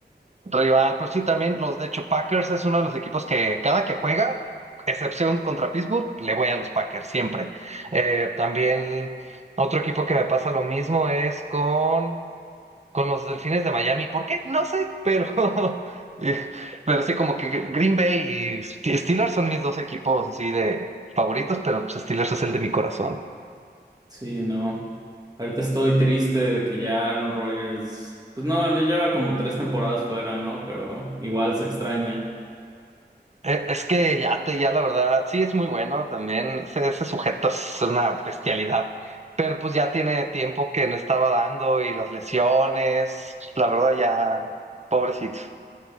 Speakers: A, on the right (about 40°); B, on the right (about 20°).
A: Rival, pues sí, también los, de hecho, Packers es uno de los equipos que cada que juega, excepción contra Pittsburgh, le voy a los Packers siempre. Eh, también otro equipo que me pasa lo mismo es con, con los Delfines de Miami. ¿Por qué? No sé, pero, <laughs> eh, pero sí, como que Green Bay y Steelers son mis dos equipos así de favoritos, pero pues, Steelers es el de mi corazón.
B: Sí, no. Ahorita estoy triste de que ya Aaron Rodgers, pues no, ya lleva como tres temporadas fuera, ¿no? Pero igual se extraña.
A: Eh, Es que ya, te- ya la verdad, sí es muy bueno también, ese, ese sujeto es una bestialidad, pero pues ya tiene tiempo que no estaba dando y las lesiones, la verdad ya, pobrecito.